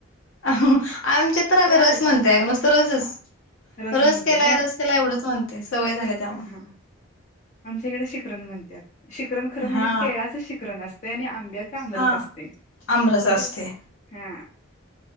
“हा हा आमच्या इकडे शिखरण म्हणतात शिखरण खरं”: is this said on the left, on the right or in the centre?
Left